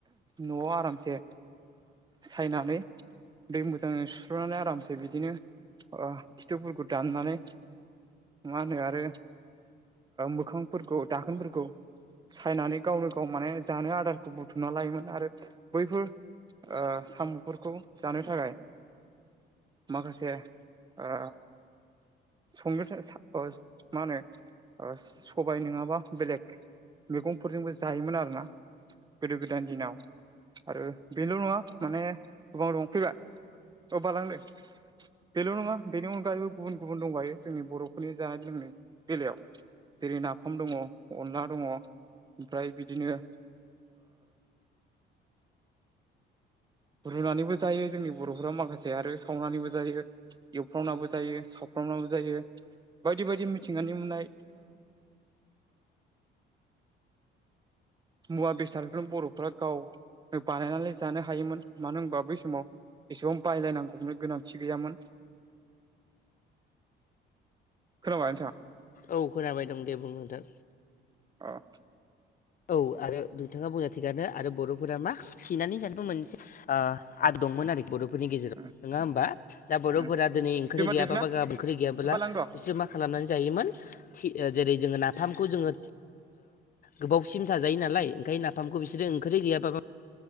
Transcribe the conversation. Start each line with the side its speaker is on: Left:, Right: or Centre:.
Right: न'आव आरामसे सायनानै दै मोजांजों सुस्रनानै आरामसे बिदिनो अ खिथुफोरखौ दाननानै मा होनो आरो मोखांफोरखौ दाखोनफोरखौ सायनानै गावनो गाव माने जानो आदारखौ बुथुमना लायोमोन। आरो बैफोर साम'फोरखौ जानो थाखाय। माखासे ओ संनो <unintelligible> मा होनो सबाय नङाबा बेलेग मैगंफोरजोंबो जायोमोन आरोना गोदो गोदायनि दिनाव आरो बेल' नङा माने गोबां दं फैबाय <unintelligible> बेल' नङा बेनि अनगायैबो गुबुन गुबुन दंबायो जोंनि बर'फोरनि जानाय लोंनायनि बेलायाव जेरै नाफाम दङ अनला दङ ओमफ्राय बिदिनो रुनानैबो जायो जोंनि बर'फोरा माखासे आरो सावनानैबो जायो एवफ्रावनाबो जायो सावफ्रावनाबो जायो बायदि बायदि मिथिंगानि मोननाय मुवा बेसादफोरनो बर'फ्रा गाव बानायनानै जानो हायोमोन मानो होनबा बै समाव एसेबां बायलायनांगौनो गोनांथि गैयामोन खोनाबाय नोंथाङा
Left: औ खोनाबाय दं दे बुं नोथां
Right: अह
Left: औ आरो नोंथाङा बुंनाया थिगानो आरो बर'फोरा मा थिनानै जानो मोनसे ओ आद ंमोन आरो बर'फोरनि गेजेराव
Right: उम
Left: नङा होमबा दा बर'फोरा
Right: उम
Left: दिनै ओंख्रि
Right: बिमा
Left: गैयाबाबो
Right: देरोना
Left: गाबोन ओंख्रि गैयाब्ला
Right: बालां दं
Left: बिसोर माख खालामनानै जायोमोन थि ओ जेरै जोङो नाफामखौ जोङो गोबावसिम जाजायो नालाय ओंखायनो नाफामखौ इसोर ओंखरै गैयाबाबो